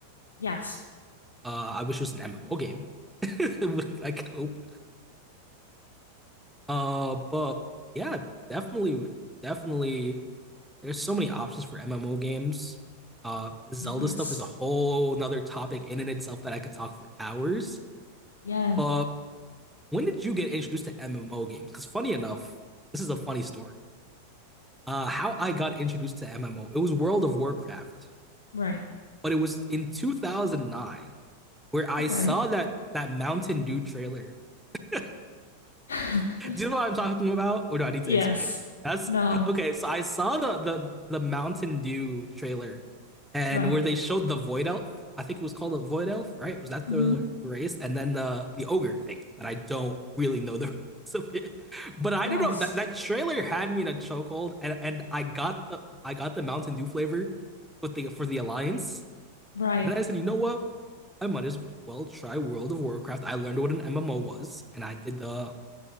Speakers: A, on the left; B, in the centre.
A: Yes.
B: Uh, I wish it was an MMO game. <laughs> I could hope. Uh, but yeah, definitely, definitely. There's so many options for MMO games. Uh, the Zelda
A: Yes.
B: stuff is a whole nother topic in and itself that I could talk for hours.
A: Yes.
B: But When did you get introduced to MMO games? Because funny enough, this is a funny story. Uh, how I got introduced to MMO, it was World of Warcraft,
A: Right.
B: but it was in 2009 where I
A: Okay.
B: saw that that Mountain Dew trailer. <laughs>
A: <laughs>
B: Do you know what I'm talking about, or do I need
A: yes.
B: to explain it? That's
A: No.
B: okay. So I saw the the the Mountain Dew trailer, and
A: Right.
B: where they showed the Void Elf. I think it was called a Void Elf, right? Was that the
A: Mm-hmm.
B: the race? And then the the ogre thing that I don't really know the <laughs> race of it, but I
A: Yes.
B: don't know that that trailer had me in a chokehold, and and I got the I got the Mountain Dew flavor, but the for the Alliance,
A: Right.
B: and I said, you know what? I might as well try World of Warcraft. I learned what an MMO was, and I did the